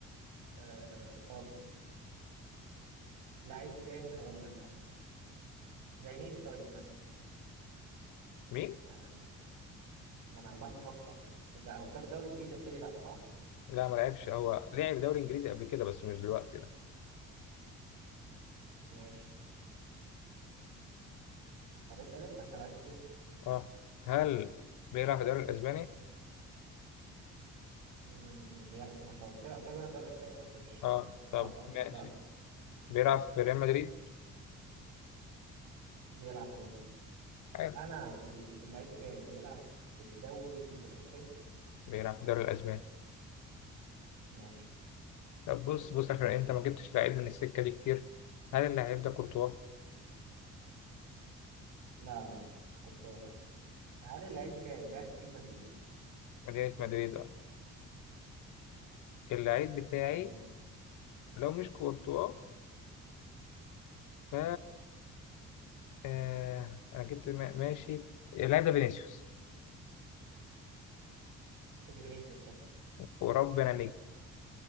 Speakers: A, on the right; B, on the left.
A: آه... آه... طب لعيب تاني هقول لك زي مين طيب مثلا
B: مين؟
A: يعني ما انا عمال بفكر ده انا قلت لك الدوري الانجليزي قلت لي لا صح؟
B: لا ما لعبش هو لعب دوري انجليزي قبل كده بس مش دلوقتي لا
A: ماشي طب اسال انت انت لعيب الدول
B: اه هل بيلعب في الدوري الاسباني؟
A: مم، بيلعب ما انت قلت لي قلت لك بيلعب في الدوري الاسباني وانت مش
B: اه
A: اه
B: طب
A: آه، صح
B: ماشي
A: اه لا
B: بيلعب في ريال مدريد؟
A: بيلعب في مدريد
B: حلو
A: انا ال- اللعيب بتاعي بيلعب في الدوري الاسباني
B: بيلعب في الدوري الاسباني
A: ماشي
B: طب بص بص اخر انت ما جبتش لعيب من السكه دي كتير هل اللاعب ده كورتوا؟
A: لا لا لا كنت ورا هل اللعيب بتاعي لعب في مدينة مدريد
B: مدينه مدريد اه اللعيب بتاعي
A: ماشي
B: لو مش كورتوا ف آه... انا جبت ما- ماشي اللاعب ده فينيسيوس
A: فينيسيوس صح
B: وربنا